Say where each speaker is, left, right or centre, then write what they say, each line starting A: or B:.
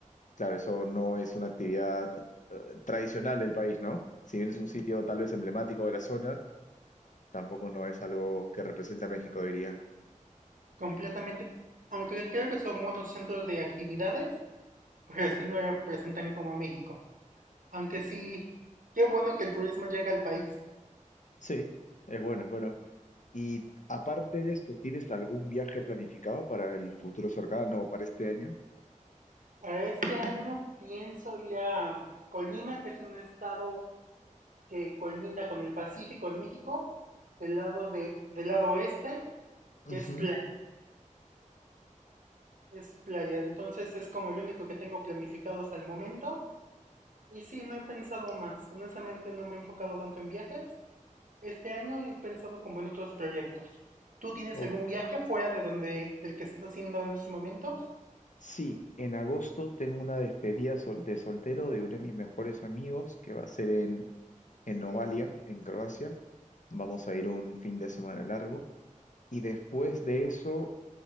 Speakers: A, on the left (about 65°); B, on the right (about 80°).
A: claro, eso no es una actividad eh, tradicional del país, ¿no? Si bien es un sitio tal vez emblemático de la zona, tampoco no es algo que representa a México, diría.
B: Completamente. Aunque creo que son buenos centros de actividades, pero sí no representan como a México. Aunque sí, qué bueno que el turismo llega al país.
A: Sí, es bueno, es bueno. Y aparte de esto, ¿tienes algún viaje planificado para el futuro cercano o para este año?
B: Para este año pienso ir a Colima, que es un estado que colinda con el Pacífico en México, del lado de, del lado oeste, que
A: Ujú.
B: es playa, es playa. Entonces es como el único que tengo planificado hasta el momento. Y sí, no he pensado más. Honestamente no me he enfocado tanto en viajes. Este año he pensado como en otros proyectos. ¿Tú tienes
A: O-
B: algún viaje fuera de donde el que estás haciendo en estos momentos?
A: sí, en agosto tengo una despedida sol- de soltero de uno de mis mejores amigos que va a ser en, en Novalia, en Croacia. Vamos a ir un fin de semana largo. Y después de eso